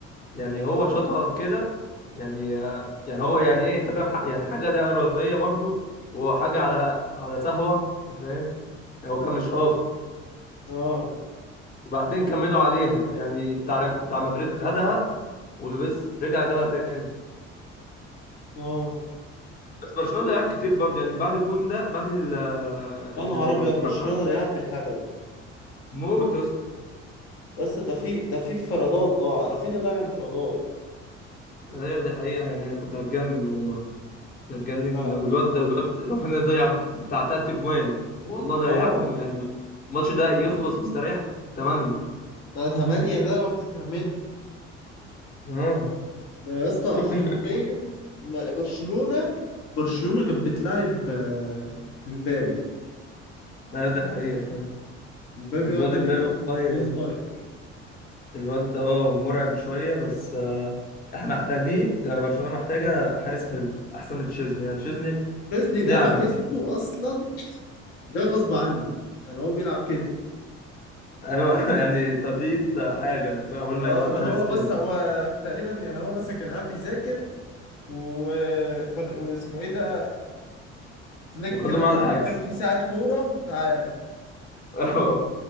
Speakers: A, on the left; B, on the left.
A: يعني هو شاطها كده يعني آه، يعني هو يعني ايه انت فاهم ح- يعني حاجة لا إرادية برضو وحاجة على على سهوة انت فاهم يعني هو كان مش قاصد
B: اه
A: وبعدين كملوا عليها يعني بتاع بتاع مدريد خدها ولوبيز رجع جابها تاني
B: اه
A: بس برشلونه ضيع كتير برضه يعني بعد الجون ده بعد ال ال-
B: يا نهار أبيض برشلونة
A: لما اتحسن
B: ضيعت بالهبل
A: موت يا اسطى
B: يا اسطى ده في ده في انفرادات ضاع رافينيا ضيع انفرادات
A: ايوه دي حقيقه يعني انا كنت هتجنن والله كنت هتجنن
B: ف-
A: والواد ده والواد رافينيا ضيع بتاع تلات اجوان والله ضيعهم
B: اه
A: يعني الماتش ده يخلص مستريح تمانية
B: ده تمانية ده واحدة كرمنها
A: اه
B: ده يا اسطى
A: شفت امبابي
B: حرفيا ما- برشلونة برشلونة كانت بتلاعب آه، امبابي
A: ايوه دي حقيقه فعلا
B: مبابي
A: الواد
B: هو اللي
A: امبابي
B: كان
A: والله
B: اون فاير
A: الواد ده اه مرعب شويه بس آه، احنا محتاجين برشلونه محتاجه حارس حلو احسن من تشيزني يعني تشيزني
B: تشيزني ده
A: يعني
B: بحسه اصلا ده غصب عنه يعني هو بيلعب كده
A: ايوه <laughs> يعني تقطيط حاجه انت فاهم عقبال ما
B: اه
A: يجيبوا
B: اللي
A: حارس
B: هو بص
A: حلو
B: هو تقريبا يعني هو مثلا كان قاعد بيذاكر و... بر- واسمه ايه ده فليك
A: وخدوه
B: رن
A: معاه الحجز
B: عليه قال له في ساعة كورة تعالى
A: <laughs> اه